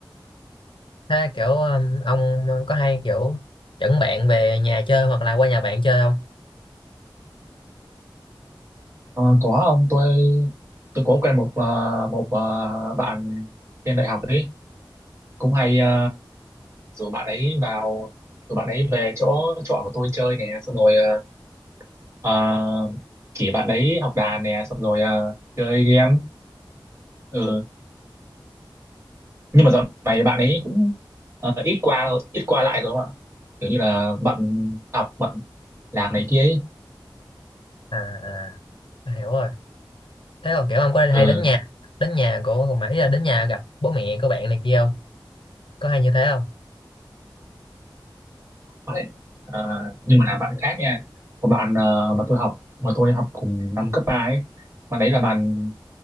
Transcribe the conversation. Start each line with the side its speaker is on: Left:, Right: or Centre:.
Left: thế kiểu um, ông có hay kiểu dẫn bạn về nhà chơi hoặc là qua nhà bạn chơi không
Right: Ờ, có ông tôi tôi có quen một ờ, một ờ, bạn trên đại học ấy cũng hay ờ, rủ bạn ấy vào rủ bạn ấy về chỗ trọ của tôi chơi nè xong rồi ờ, ờ, chỉ bạn ấy học đàn nè xong rồi ờ, chơi game ừ. nhưng mà dạo này bạn ấy cũng ờ, ít qua ít qua lại rồi không ạ kiểu như là bận học bận làm này kia ấy
Left: à, à tôi hiểu rồi thế còn kiểu ông có
Right: ừ.
Left: hay đến nhà đến nhà của mà ý là đến nhà gặp bố mẹ của bạn này kia không có hay như thế không
Right: Đấy. À, nhưng mà là bạn khác nha một bạn ờ, mà tôi học mà tôi học cùng năm cấp 3 ấy bạn đấy là bạn